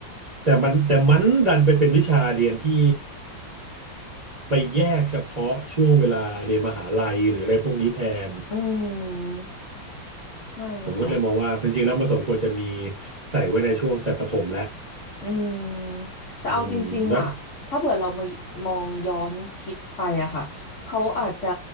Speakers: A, on the right (about 45°); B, on the left (about 55°).
A: แต่มันแต่มันดันไปเป็นวิชาเรียนที่ไปแยกเฉพาะช่วงเวลาเรียนมหาลัยหรืออะไรพวกนี้แทน
B: อืมใช่ค่ะ
A: ผมก็เลยมองว่าจริงๆแล้วมันสมควรจะมีใส่ไว้ในช่วงแต่ประถมและ
B: อืม แต่เอาจริงๆอ่ะถ้าเผื่อเรามามองย้อนคิดไปอะค่ะเขาอาจจะ
A: อืมแล้ว